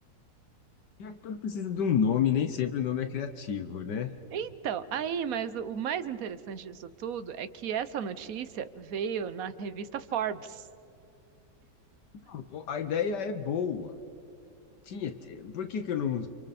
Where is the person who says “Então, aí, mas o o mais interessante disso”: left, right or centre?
Right